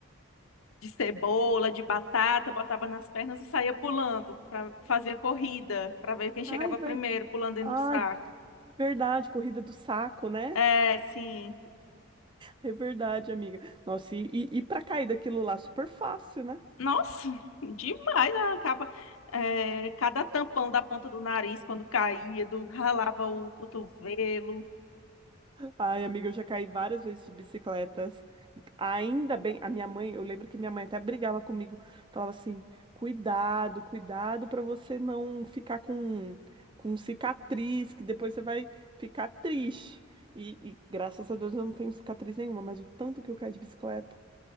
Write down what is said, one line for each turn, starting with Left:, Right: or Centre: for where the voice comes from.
Left: de cebola, de batata, botava nas pernas e saía pulando, pra, fazia corrida, para ver quem chegava
Right: Ai, é verdade.
Left: primeiro, pulando dentro
Right: Ai,
Left: do saco.
Right: verdade, corrida do saco, né?
Left: É, sim.
Right: É verdade, amiga. Nossa, e, e, e pra cair daquilo lá, super fácil, né?
Left: Nossa, demais a capa. É, cada tampão da ponta do nariz quando caía, do ralava o cotovelo.
Right: Ai, amiga, eu já caí várias vezes de bicicletas. Ainda bem, a minha mãe, eu lembro que minha mãe até brigava comigo, falava assim: cuidado, cuidado para você não ficar com, com cicatriz, que depois você vai ficar triste. E, e graças a Deus eu não tenho cicatriz nenhuma, mas o tanto que eu caí de bicicleta.